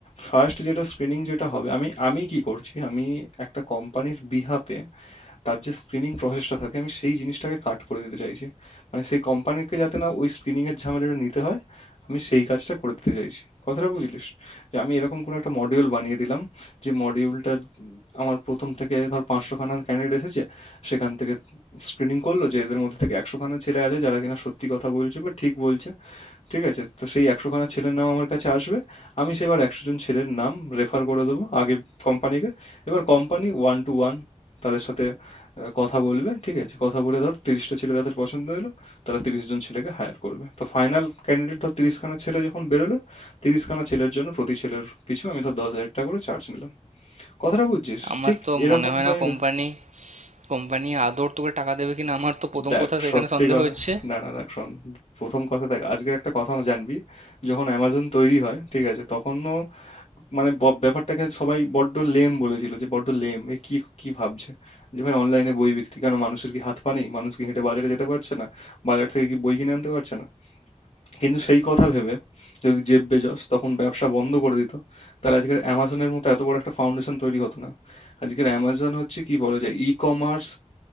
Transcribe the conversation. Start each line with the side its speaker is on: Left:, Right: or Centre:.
Left: ফার্স্ট যেটা স্ক্রিনিং যেটা হবে আমি আমি কি করছি আমি একটা কোম্পানির বিহাফে তার যে স্ক্রিনিং প্রসেসটা থাকে আমি সেই জিনিসটাকে কাট করে দিতে চাইছি। মানে সেই কোম্পানিকে যাতে না ওই স্ক্রিনিং এর ঝামেলাটা নিতে হয় আমি সেই কাজটা করে দিতে চাইছি। কথাটা বুঝলিস? যে আমি এরকম কোনো একটা মডিউল বানিয়ে দিলাম যে মডিউলটা আমার প্রথম থেকে ধর পাঁচশো খানা ক্যান্ডিডেট এসেছে সেখান থেকে স্ক্রিনিং করলো যে এদের মধ্যে থেকে একশো খানা ছেলে আছে যারা কিনা সত্যি কথা বলছে বা ঠিক বলছে ঠিক আছে? তো সেই ১০০ খানা ছেলের নাম আমার কাছে আসবে। আমি সেবার ১০০ জন ছেলের নাম রেফার করে দেবো আগে কোম্পানিকে। এবার কোম্পানি one to one তাদের সাথে আ কথা বলবে, ঠিক আছে? কথা বলে ধর ৩০ টা ছেলে তাদের পছন্দ হলো, তারা ৩০ জন ছেলেকে হায়ার করবে। তো ফাইনাল ক্যান্ডিডেট ধর ৩০ খানা ছেলে যখন বেরোলো, ৩০ খানা ছেলের জন্য প্রতি ছেলের পিছু আমি ধর ৳১০,০০০ করে চার্জ নিলাম। কথাটা বুঝছিস?
Right: আমার
Left: ঠিক
Right: তো
Left: এরকমভাবেই
Right: মনে হয় না কোম্পানি
Left: ব্যা
Right: কোম্পানি আদর তোকে টাকা দেবে কিনা আমার তো প্রথম
Left: দেখ
Right: কথা সেখানে
Left: সত্যি
Right: সন্দেহ
Left: কথা
Right: হচ্ছে
Left: না, না, দেখ শোন ১ম কথা দেখ আজকের একটা কথা জানবি, যখন Amazon তৈরি হয়, ঠিক আছে? তখনও মানে ব- ব্যাপারটাকে সবাই বড্ড লেম বলেছিল যে বড্ড লেম এ কি কি ভাবছে যে ভাই অনলাইনে বই বিক্রি কেন মানুষের কি হাত পা নেই মানুষ কি হেঁটে বাজারে যেতে পারছে না বাজার থেকে কি বই কিনে আনতে পারছে না কিন্তু সেই কথা ভেবে যদি জেব বেজস তখন ব্যবসা বন্ধ করে দিত তাহলে আজকের অ্যামাজনের মতো এত বড় একটা ফাউন্ডেশন তৈরি হতো না আজকের অ্যামাজন হচ্ছে কি বলা যায় ই কমার্স